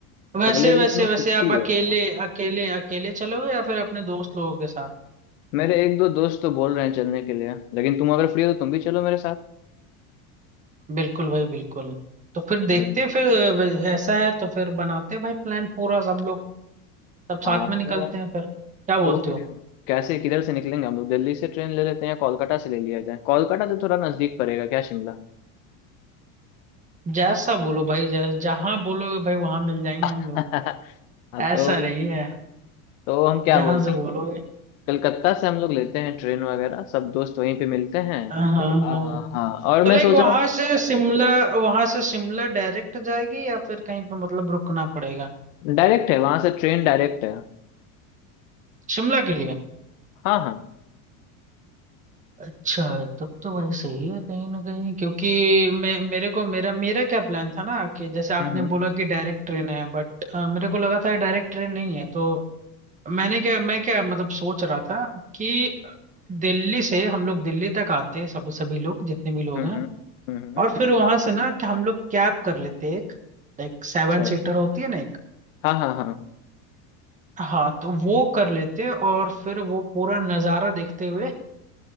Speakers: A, on the right; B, on the left.
A: वैसे
B: अगले
A: वैसे
B: वीक में
A: वैसे
B: छुट्टी
A: आप अकेले
B: है मेरा।
A: अकेले अकेले चलोगे या फिर अपने दोस्त लोगों के साथ
B: मेरे एक दो दोस्त तो बोल रहे हैं चलने के लिए लेकिन तुम अगर फ्री हो तो तुम भी चलो मेरे साथ
A: बिल्कुल भाई बिल्कुल तो फिर देखते
B: भाई
A: हैं फिर अ, ऐसा है तो फिर बनाते हैं भाई प्लान पूरा सब लोग सब साथ
B: हाँ
A: में निकलते
B: तो
A: हैं फिर क्या बोलते
B: तो फिर
A: हो
B: कैसे किधर से निकलेंगे हम लोग दिल्ली से ट्रेन ले लेते हैं या कोलकाता से ले लिया जाए कोलकाता तो थोड़ा नजदीक पड़ेगा क्या शिमला
A: जैसा बोलो भाई जै, जहाँ बोलोगे भाई वहां मिल जाएंगे
B: <laughs>
A: हम लोग
B: हाँ
A: ऐसा
B: तो
A: नहीं है
B: तो हम क्या
A: जहां
B: बोलते
A: से
B: हैं
A: बोलोगे
B: कि कलकत्ता से हम लोग लेते हैं ट्रेन वगैरह सब दोस्त वहीं पे मिलते हैं
A: हाँ हाँ हाँ।
B: आ,
A: हाँ।
B: हाँ और
A: तो
B: मैं
A: लाइक
B: सोच
A: वहां
B: रहा हूँ
A: से शिमला वहां से शिमला डायरेक्ट जाएगी या फिर कहीं पे मतलब रुकना पड़ेगा
B: डायरेक्ट है वहां से ट्रेन डायरेक्ट है
A: शिमला के लिए
B: हाँ हाँ
A: अच्छा है, तब तो भाई सही है कहीं ना कहीं क्योंकि मैं मेरे को मेरा मेरा क्या प्लान था ना कि जैसे आपने
B: हम्म
A: बोला कि डायरेक्ट ट्रेन है बट मेरे को लगा था डायरेक्ट ट्रेन नहीं है तो मैंने क्या मैं क्या मतलब सोच रहा था कि दिल्ली से हम लोग दिल्ली तक आते हैं, सब सभी लोग जितने भी
B: हम्म
A: लोग हैं
B: हम्म हम्म हम्म,
A: और फिर वहां से ना कि हम लोग कैब कर लेते एक लाइक सेवन
B: अच्छा
A: सीटर होती है ना एक
B: हाँ हाँ हाँ
A: हाँ तो वो कर लेते और फिर वो पूरा नज़ारा देखते हुए